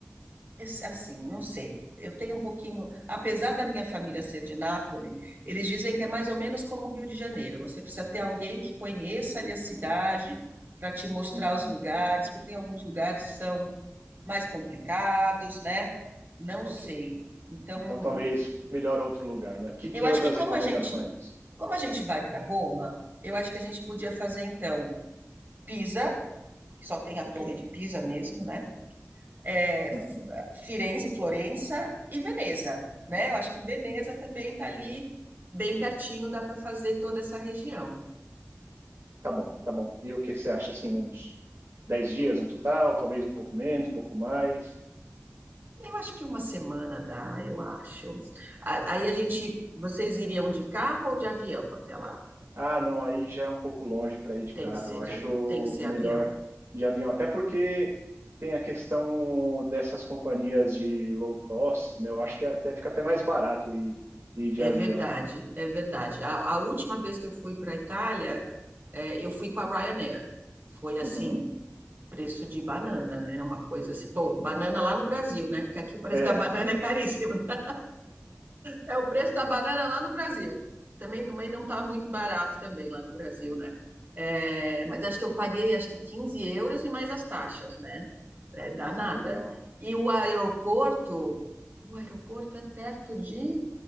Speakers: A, on the right; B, on the right.
A: es- assim, não sei. Eu tenho um pouquinho, apesar da minha família ser de Nápoles, eles dizem que é mais ou menos como o Rio de Janeiro. Você precisa ter alguém que conheça ali a cidade para te mostrar
B: Uhum.
A: os lugares, porque tem alguns lugares que são mais complicados, né? Não
B: Ok.
A: sei. Então,
B: Então, talvez melhor outro lugar, né? Que,
A: eu
B: que
A: acho
B: outras
A: que como
B: recomendações?
A: a gente, como a gente vai para Roma, eu acho que a gente podia fazer então. Pisa, que só tem a
B: Ok.
A: Torre de Pisa mesmo, né? É,
B: Uhum.
A: Firenze, Florença e Veneza, né? Eu acho que Veneza também está ali bem pertinho, dá para fazer toda essa região.
B: Tá bom, tá bom. E o que você acha, assim, uns 10 dias no total? Talvez um pouco menos, um pouco mais?
A: Eu acho que uma semana dá, eu acho. A- Aí a gente, vocês iriam de carro ou de avião até lá?
B: Ah, não, aí já é um pouco longe para ir de
A: Tem
B: carro.
A: que ser
B: Eu acho
A: de, tem que ser
B: melhor
A: avião.
B: de avião. Até porque tem a questão dessas companhias de low cost, né? Eu acho que até fica até mais barato ir, ir de
A: É
B: avião.
A: verdade, é verdade. A, a última vez que eu fui para a Itália, é, eu fui com a Ryanair. Foi assim,
B: Uhum.
A: preço de banana, né? É Uma coisa assim. Bom, banana lá no Brasil, né? Porque aqui o preço
B: É.
A: da banana
B: <laughs>
A: é caríssimo. né? É o preço da banana lá no Brasil. Também, também não está muito barato também lá no Brasil, né? É, mas acho que eu paguei acho que 15 euros e mais as taxas, né? É danada.
B: Ah, legal.
A: E o aeroporto, o aeroporto é perto de